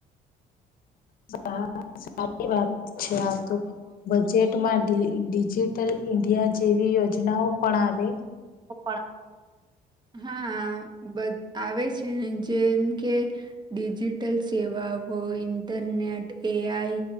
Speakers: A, on the left (about 60°); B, on the right (about 25°).
A: હા, સારી વાત છે, આ તો બજેટ- - મા ડિજિટલ ઇન્ડિયા, જેવી યોજનાઓ પણ આવે?
B: ઓ પણણ- - હા. આવે છે ને, જેમ કે ડિજિટલ સેવાઓ. ઇન્ટરનેટ એઆઈ